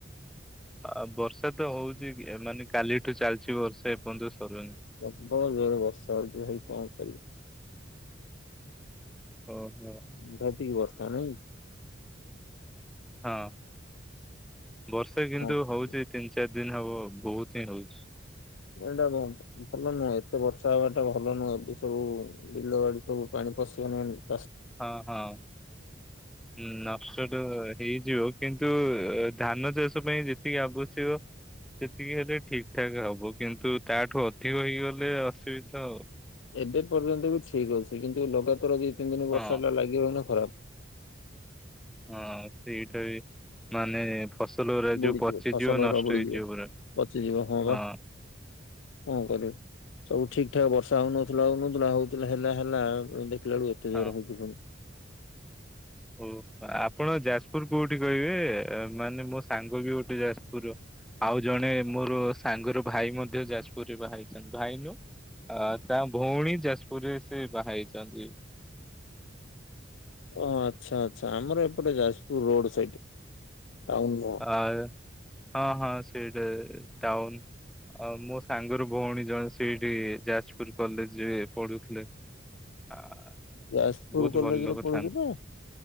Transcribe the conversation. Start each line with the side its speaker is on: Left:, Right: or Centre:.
Centre: ଆ ବର୍ଷା ତ ହଉଛି ମାନେ କାଲିଠୁ ଚାଲିଛି ବର୍ଷା ଏପର୍ଯ୍ୟନ୍ତ ସରୁନି।
Left: ପ୍ରବଳ ଜୋରେ ବର୍ଷ ହଉଛି ଭାଇ କଣ କରିବି?
Centre: ଓ ହୋ।
Left: ସାଂଘାତିକ ବର୍ଷା ନାଇ
Centre: ହଁ ବର୍ଷା କିନ୍ତୁ
Left: କଣ କରିବି?
Centre: ହଉଛି, ତିନି ଚାରି ଦିନ ହବ ବହୁତ ହିଁ ହଉଛି।
Left: ଗଣ୍ଡା ବମ୍ ଭଲ ନୁହଁ ଏତେ ବର୍ଷା ହବା ଟା ଭଲ ନୁହେଁ। ଏବେ ସବୁ ବିଲ ବାଡି ସବୁ ପାଣି ପଶିବନି ଏମିତି
Centre: ହଁ ହଁ। ହଁ ନଷ୍ଟ ତ ହେଇଯିବ, କିନ୍ତୁ ଧାନ ଚାଷ ପାଇଁ ଯେତିକି ଆବଶ୍ୟକ ସେତିକି ହେଲେ ଠିକଠାକ୍ ହବ। କିନ୍ତୁ ତାଠୁ ଅଧିକ ହେଇଗଲେ ଅସୁବିଧା ଆଉ।
Left: ଏବେ ପର୍ଯ୍ୟନ୍ତ ବି ଠିକ୍ ଅଛି। କିନ୍ତୁ ଲଗାତାର ଦି ତିନି ଦିନ
Centre: ହଁ
Left: ବର୍ଷା ଟା ଲାଗି ରହିନେ ଖରାପ।
Centre: ହଁ ସେଇଟା ବି ମାନେ ଫସଲ ପୁରା
Left: ବୁଡିଯିବ
Centre: ଯୋଉ ପଚିଯିବ
Left: ଫସଲ
Centre: ନଷ୍ଟ
Left: ଗୁରା ବୁଡିଯିବ
Centre: ହେଇଯିବ ପୁରା
Left: ପଚିଯିବ ବା
Centre: ହଁ।
Left: କଣ କରିବୁ। ସବୁ ଠିକ ଠାକ ବର୍ଷା ହଉନଥିଲା ହଉ ନଥିଲା। ହଉଥିଲା ହେଲା ହେଲା ଦେଖିଲ ବେଳୁ ଏତେ
Centre: ହଁ।
Left: ଜୋର ହଉଛି ପୁଣି।
Centre: ଓ ଆପଣ ଯାଜପୁର କୋଉଠି କହିବେ, ମାନେ ମୋ ସାଙ୍ଗ ବି ଗୋଟେ ଯାଜପୁର ର। ଆଉ ଜଣେ ମୋର ସାଙ୍ଗର ଭାଇ ମଧ୍ୟ ଯାଜପୁରରେ ବାହା ହେଇଛନ୍ତି ଭାଇ ନୁହଁ ଅ ତା ଭଉଣୀ ଯାଜପୁର ରେ ସେ ବାହାହେଇଛନ୍ତି।
Left: ହଁ ଆଚ୍ଛା ଆଚ୍ଛା ଆମର ଏପଟ ଯାଜପୁର ରୋଡ ସାଇଟ୍ ଟାଉନ୍ ନୁହଁ।
Centre: ଆ ହଁ ହଁ ସେ ଟାଉନ। ଆଉ ମୋ ସାଙ୍ଗର ଭଉଣୀ ଜଣେ ସେଇଠି ଯାଜପୁର କଲେଜ ରେ ପଢୁଥିଲେ। ଆ।
Left: ଯାଜପୁର
Centre: ବହୁତ
Left: କଲେଜ
Centre: ଭଲ ଲୋକ
Left: ରେ ପଢୁଛି
Centre: ଥାନ୍ତି।
Left: ନା।